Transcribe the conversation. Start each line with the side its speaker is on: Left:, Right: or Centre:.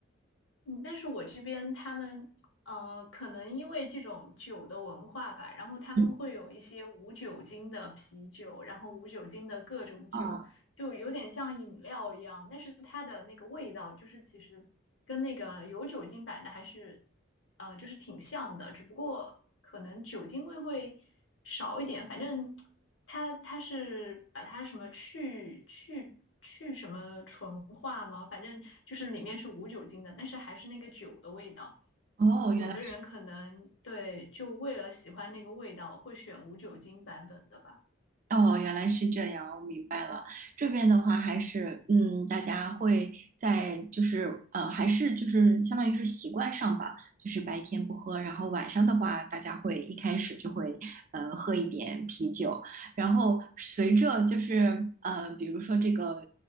Left: 嗯，但是我这边他们呃，可能因为这种酒的文化吧，然后他们会有一些无酒精的啤酒，
Right: 嗯
Left: 然后无酒精的各种酒。
Right: 啊，
Left: 就有点像饮料一样，但是它的那个味道就是其实跟那个有酒精版的还是，呃，就是挺像的，只不过可能酒精味会少一点。反正它它是把它什么去去去什么纯化嘛，反正就是里面是无酒精的，但是还是那个酒的味道。
Right: 哦，原来。
Left: 有的人可能对，就为了喜欢那个味道，会选无酒精版本的吧。
Right: 哦，原来是这样，我明白了。这边的话还是，嗯，大家会在就是，呃，还是就是相当于是习惯上吧，就是白天不喝，然后晚上的话，大家会一开始就会，呃，喝一点啤酒，然后随着就是，呃，比如说这个